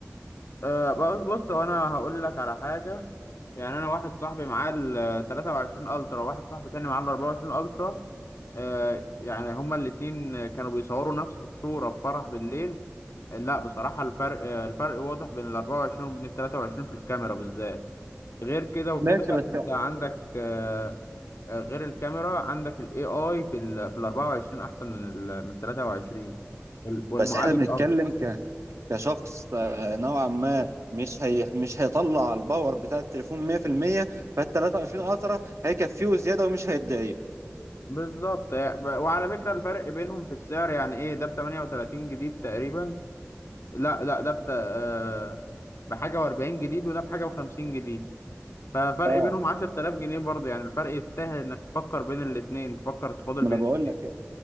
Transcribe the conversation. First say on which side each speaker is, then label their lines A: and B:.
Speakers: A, on the left; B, on the right.
A: آه بص بص هو انا هقول لك على حاجه يعني انا واحد صاحبي معاه ال 23 الترا واحد صاحبي تاني معاه ال 24 الترا آه يعني هما الاتنين كانوا بيصوروا نفس الصوره في فرح بالليل لا بصراحه الفرق آه، الفرق واضح بين ال 24 وبين ال 23 في الكاميرا بالذات غير كده وكده
B: ماشي بس
A: انت عندك آه، آه، غير الكاميرا عندك ال AI في ال في ال 24 أحسن من ال من 23 وال- والمعالج
B: بس احنا بنتكلم
A: أقوى
B: ك... كشخص آه، نوعا ما مش هي مش هيطلع الباور بتاع التليفون 100% فال 23 الترا هيكفيه زياده ومش هيتضايق
A: بالظبط يعني ب- وعلى فكرة الفرق بينهم في السعر يعني إيه ده ب 38 جديد تقريبا لا لا ده بت... آه، بحاجة و40 جديد وده بحاجة و50 جديد ففرق
B: اه
A: بينهم 10000 جنيه برضه يعني الفرق يستاهل إنك تفكر بين الاتنين تفكر تفاضل
B: ما
A: بين
B: انا بقول
A: الاتنين
B: لك